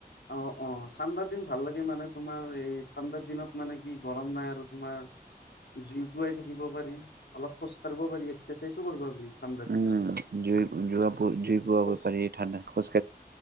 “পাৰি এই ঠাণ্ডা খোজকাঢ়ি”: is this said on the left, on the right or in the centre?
Right